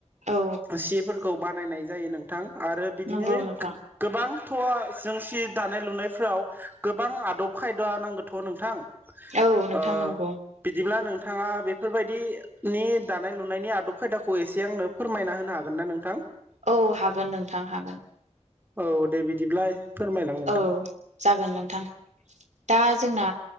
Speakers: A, on the right; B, on the right.
A: औ
B: सिफोरखौ बानायनाय जायो नोंथां। आरो बिदिनो
A: नंगौ नोंथां
B: गो-गोबांथ' जों सि दानाय लुनायफ्राव गोबां आदब खायदा नांगोथ' नोंथां।
A: औ नोंथां
B: ओ
A: नंगौ
B: बिदिब्ला नोंथाङा बेफोरबायदिनि दा नाय लुनायनि आदब खायदाखौ एसे आंनो फोरमायना होनो हागोन ना नोंथां?
A: औ हागोन नोंथां हागोन
B: औ दे बिदिब्ला फोरमायलां नोंथां
A: औ जागोन नोंथां दा जोंना